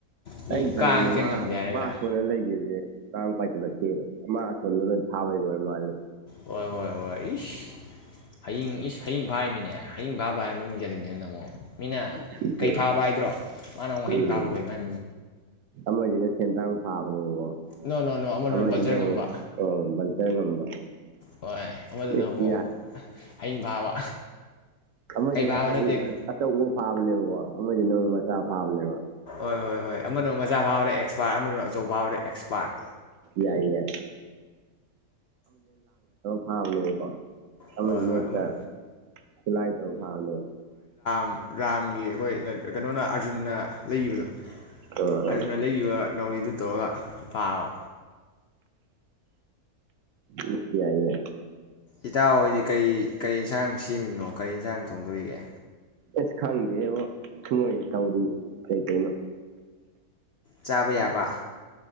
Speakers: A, on the left (about 70°); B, on the right (about 65°).
A: ꯃꯤ
B: ꯑꯩꯅ ꯈꯜꯂꯤꯅꯦ
A: ꯀꯥꯡ ꯆꯦꯟ
B: ꯃꯥ
A: ꯉꯝꯗꯦ ꯍꯥꯏꯔꯒ
B: ꯃꯥ ꯊꯣꯟꯅ ꯂꯩꯈꯤꯕꯁꯦ ꯀꯥꯡ ꯄꯥꯏ ꯁꯜꯂꯛꯇꯦꯕ ꯑ ꯆꯅꯅꯣꯏ ꯊꯥꯕꯒꯤ ꯑꯣꯏ ꯃꯥ ꯍꯔꯤ
A: ꯍꯣꯏ ꯍꯣꯏ ꯍꯣꯏ ꯏꯁ ꯍꯌꯤꯡ ꯏꯁꯁ ꯍꯌꯤꯡ ꯐꯥꯔꯤꯃꯤꯅꯦ ꯍꯌꯤꯡ ꯐꯥꯕ ꯍꯥꯏꯔ ꯃꯃꯤꯡ ꯆꯠꯂꯤꯅꯤꯅ ꯅꯪꯅꯃꯣꯛ ꯃꯤꯅ
B: ꯁꯤꯁꯦ
A: ꯀꯩ ꯐꯥꯕ ꯍꯥꯏꯗ꯭ꯔꯣ ꯃꯥꯅ ꯑꯃꯨꯛ ꯍꯌꯤꯡ
B: ꯎꯝ
A: ꯐꯥꯕꯈꯣꯏ ꯃꯥꯏ
B: ꯑꯃꯁꯤꯅ ꯁꯦꯟꯗ꯭ꯔꯥꯡ ꯐꯥꯕꯅꯦꯕꯀꯣ
A: ꯅꯣ ꯅꯣ ꯅꯣ ꯑꯃꯗꯨꯅ
B: ꯑꯃꯁꯤꯅ
A: ꯕꯜꯆꯔ
B: ꯑꯃꯨꯛ
A: ꯉꯝꯕ
B: ꯑꯣ ꯕꯜꯇꯔ ꯉꯝꯕ
A: ꯍꯣꯏ ꯑꯃꯗꯨꯅ
B: ꯑꯦꯁ
A: ꯑꯃꯨꯛ ꯍꯌꯤꯡ ꯐꯥꯕ
B: ꯑꯃꯅ
A: ꯀꯩ ꯐꯥꯕ
B: ꯑꯆꯧ
A: ꯅꯠꯇꯦ
B: ꯑꯆꯧꯕ ꯐꯥꯕꯅꯦꯕꯀꯣ ꯑꯃꯁꯤ ꯃꯆꯥ ꯐꯕꯅꯦꯕ
A: ꯍꯣꯏ ꯍꯣꯏ ꯍꯣꯏ ꯑꯃꯅ ꯃꯆꯥ ꯐꯥꯕꯗ ꯑꯦꯛꯁꯄꯥꯔꯠ ꯑꯃꯅ ꯑꯆꯧ ꯐꯥꯕꯗ ꯑꯦꯛꯁꯄꯥꯔꯠ
B: ꯌꯥꯏ ꯌꯥꯏ ꯃꯥ ꯂꯩꯔꯤꯕꯣ ꯑꯃꯖꯤꯅ
A: ꯍꯣꯏ ꯍꯣꯏ
B: ꯍꯦꯠꯇ ꯈꯨꯠꯂꯥꯏ ꯇꯧꯔ ꯐꯕꯅꯦ
A: ꯎꯝ ꯔꯥꯝꯒꯤ ꯑꯩꯈꯣꯏ ꯀꯩꯅꯣꯅ ꯑꯥꯔꯖꯨꯟꯅ ꯂꯩꯒꯤꯕꯗꯨ
B: ꯑ
A: ꯑꯥꯔꯖꯨꯟꯅ
B: ꯑ
A: ꯂꯩꯈꯤꯕ ꯅꯥꯎꯔꯤꯗꯨ ꯇꯧꯔꯒ ꯐꯥꯕ
B: ꯎꯝ ꯌꯥꯏ ꯌꯥꯏ
A: ꯏꯇꯥꯎ ꯍꯣꯏꯗꯤ ꯀꯔꯤ ꯀꯔꯤ ꯌꯦꯟꯁꯥꯡ ꯁꯦꯝꯃꯤꯕꯅꯣ ꯀꯔꯤ ꯌꯦꯟꯁꯥꯡ ꯊꯣꯡꯗꯣꯔꯤꯒꯦ
B: ꯑꯁ ꯈꯪꯗꯦꯕꯣ ꯁꯨꯝꯃꯣꯏ ꯇꯧꯔꯤ ꯀꯩ ꯀꯩꯅꯣ
A: ꯆꯥꯕ ꯌꯥꯕ